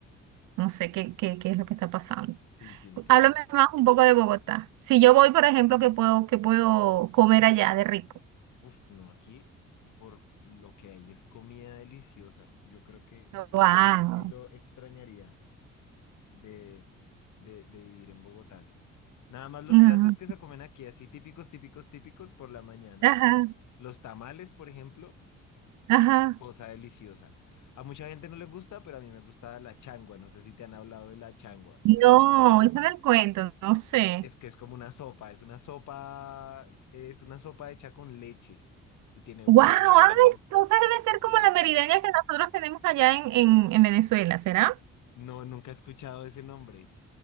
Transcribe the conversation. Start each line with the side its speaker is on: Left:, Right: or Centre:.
Right: no sé qué, qué, qué es lo que está pasando.
Left: sí, tiene que
Right: Háblame
Left: ser.
Right: más un poco de Bogotá. Si yo voy, por ejemplo, ¿qué puedo, qué puedo comer allá de rico?
Left: Uf, no, aquí por lo que hay es comida deliciosa. Yo creo que
Right: Wow.
Left: eso sí lo extrañaría de, de, de vivir en Bogotá. Nada más los
Right: Ajá,
Left: platos que se comen aquí, así típicos, típicos, típicos, por la mañana.
Right: ajá.
Left: Los tamales, por ejemplo.
Right: ajá.
Left: Cosa deliciosa. A mucha gente no le gusta, pero a mí me gusta la changua. No sé si te han hablado de la changua,
Right: No,
Left: que es como,
Right: échame el cuento, no sé.
Left: es que es como una sopa. Es una sopa, es una sopa hecha con leche y tiene huevos.
Right: Wow, ay, entonces debe ser
Left: eh,
Right: como la merideña que nosotros tenemos allá en, en, en Venezuela, ¿será?
Left: no, nunca he escuchado ese nombre.